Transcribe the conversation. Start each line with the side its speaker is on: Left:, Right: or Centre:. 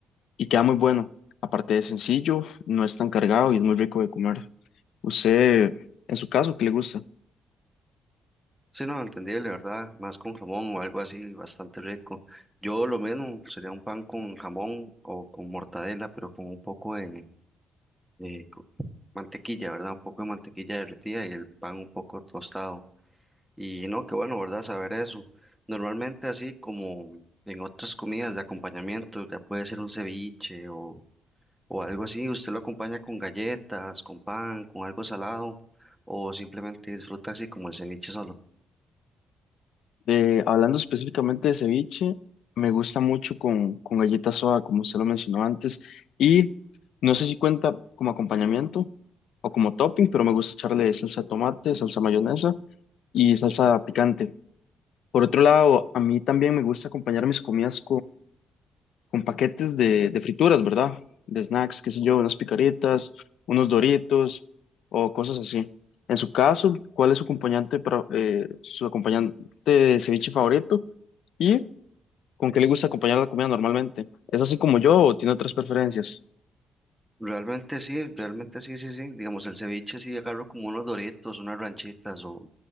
Left: y queda muy bueno. Aparte de sencillo, no es tan cargado y es muy rico de comer. ¿Usted, en su caso, qué le gusta?
Centre: Sí, no, entendible, ¿verdad? Más con jamón o algo así, bastante rico. Yo lo mismo, sería un pan con jamón o con mortadela, pero con un poco de, de co- mantequilla, ¿verdad? Un poco de mantequilla derretida y el pan un poco tostado. Y no, qué bueno, ¿verdad? Saber eso. Normalmente así como en otras comidas de acompañamiento, ya puede ser un ceviche o, o algo así, usted lo acompaña con galletas, con pan, con algo salado o simplemente disfruta así como el ceviche solo.
Left: Eh, hablando específicamente de ceviche, me gusta mucho con, con galleta soda, como usted lo mencionó antes, y no sé si cuenta como acompañamiento o como topping, pero me gusta echarle salsa de tomate, salsa mayonesa y salsa picante. Por otro lado, a mí también me gusta acompañar mis comidas con paquetes de, de frituras, ¿verdad? De snacks, qué sé yo, unas picaritas, unos doritos o cosas así. En su caso, ¿cuál es su acompañante, para- eh, su acompañante de ceviche favorito y con qué le gusta acompañar la comida normalmente? ¿Es así como yo o tiene otras preferencias?
Centre: Realmente sí, realmente sí, sí, sí. Digamos, el ceviche sí agarro como unos doritos, unas ranchitas o